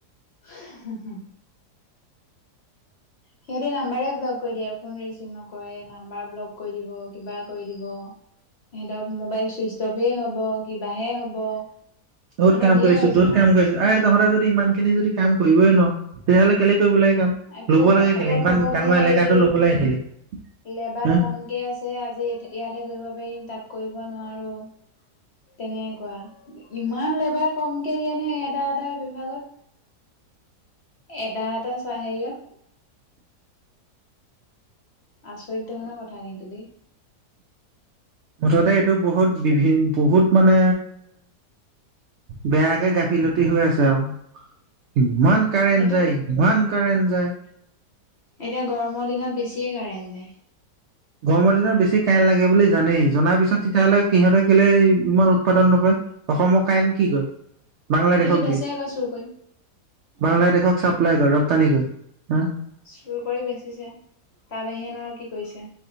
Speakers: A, on the left; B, on the right.
A: <unintelligible> সিহঁতে নাম্বাৰে ব্লক কৰি দিয়ে, ফোন ৰিচিভ নকৰে না নাম্বাৰ ব্লক কৰি দিব কিবা কৰি দিব। সিহঁতৰ মোবাইল চুইচ অফে হব কিবাহে হব। সিহঁতৰ
B: অত কাম
A: ঢেৰ
B: কৰি আছো
A: অজুহাত।
B: তত কাম কৰি আছো, আৰে তহঁতে যদি ইমান খিনি যদি কাম কৰিবই নোৱাৰ তেতিয়াহ'লে কেলে কৰিব লাগে কাম।
A: আকৌ
B: ল'ব লাগে কেলে
A: আকৌ
B: ইমান
A: কব
B: ডাঙৰ
A: বোলে
B: এলেকাটো
A: হেই
B: ল'ব লাগে কেলে
A: লেবাৰ
B: হা
A: কমকে আছে যে আজি ইয়াতহে কৰিব পাৰিম তাত কৰিব নোৱাৰো। তেনেকুৱা, ইমান লেবাৰ কম কে দিয়ে নে এটা এটা বিভাগত? এটা এটা চা হেৰিয়ত আচৰিত ধৰণৰ কথা কিন্তু দেই।
B: মুঠতে এইটো বহুত বিভি বহুত মানে বেয়াকে গাফিলতি হৈ আছে আও। ইমান কাৰেণ্ট
A: সেইটো
B: যায় ইমান কাৰেন্ট যায়।
A: এতিয়া গৰমৰ দিনত বেছিয়ে কাৰেণ্ট যায়।
B: গৰমৰ দিনত বেছি কাৰেণ্ট লাগে বুলি জানেই, জনাৰ পিছত তেতিয়াহ'লে সিহঁতে কেলে ইমান উৎপাদন নকৰে। অসমৰ কাৰেণ্ট কি কৰে? বাংলাদেশক
A: হেৰি বেচে
B: দিয়ে,
A: আকৌ চুৰ কৰি।
B: বাংলাদেশক চাপ্লাই কৰে ৰপ্তানি কৰি হা।
A: চুৰ কৰি বেচিছে, তাৰ বাহিৰেনো আৰু কি কৰিছে।